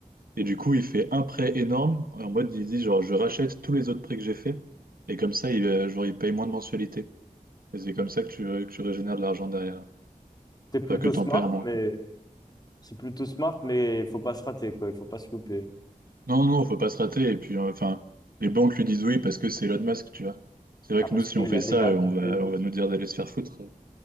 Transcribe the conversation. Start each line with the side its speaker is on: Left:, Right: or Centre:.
Right: Et du coup, il fait un prêt énorme. En mode, il dit, genre, je rachète tous les autres prêts que j'ai faits Et comme ça, il, euh, genre, il paye moins de mensualités. Et c'est comme ça que tu, euh, que tu régénères de l'argent derrière.
Left: C'est plutôt
Right: Enfin, que t'en
Left: smart,
Right: perds moins,
Left: mais
Right: quoi.
Left: c'est plutôt smart, mais il faut pas se rater, quoi. Il faut pas se louper.
Right: Non, non, non, faut pas se rater. Et puis, euh, enfin, les banques lui disent oui parce que c'est Elon Musk, tu vois. C'est vrai
Left: Ah,
Right: que
Left: parce
Right: nous, si
Left: qu'il
Right: on fait
Left: a
Right: ça,
Left: déjà
Right: euh,
Left: accompli.
Right: on va, on va nous dire d'aller se faire foutre.